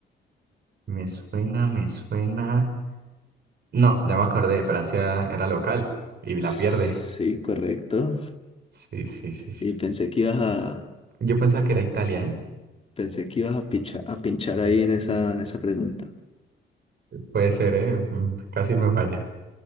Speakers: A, on the right; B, on the left.
A: me suena, me suena. No, ya me acordé, Francia era local y
B: Sí,
A: la pierde.
B: correcto.
A: Sí, sí, sí, sí.
B: Y pensé que ibas a,
A: Yo pensaba que era Italia, ¿eh?
B: pensé que ibas a picha- a pinchar ahí en esa, en esa pregunta.
A: Puede ser, ¿eh? Mm, Casi me falla.